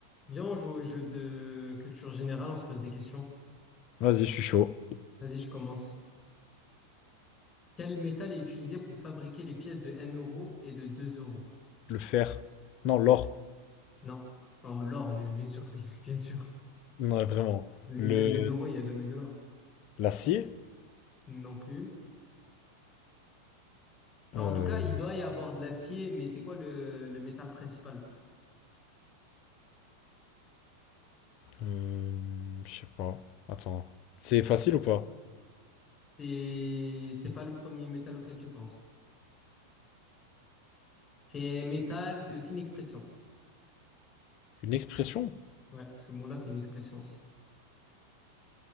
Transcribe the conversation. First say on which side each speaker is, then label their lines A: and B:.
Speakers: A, on the left; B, on the left.
A: Viens, on joue au jeu de culture générale, on se pose des questions.
B: Vas-y, je suis chaud.
A: Vas-y, je commence. Quel métal est utilisé pour fabriquer les pièces de 1 euro et de 2 euros?
B: Le fer. Non, l'or.
A: Non. Oh, l'or, mais bien sûr, oui, <laughs> bien sûr.
B: Non, vraiment.
A: Dans une
B: Le...
A: pièce d'un euro, il n'y a jamais de l'or.
B: L'acier.
A: Non plus. Enfin,
B: Euh...
A: en tout cas, il doit y avoir de l'acier, mais c'est quoi le, le métal principal?
B: euh, Je sais pas. Attends. C'est facile ou pas?
A: C'est, c'est pas le premier métal auquel tu penses. C'est métal, c'est aussi une expression.
B: Une expression?
A: Ouais, ce mot-là, c'est une expression aussi.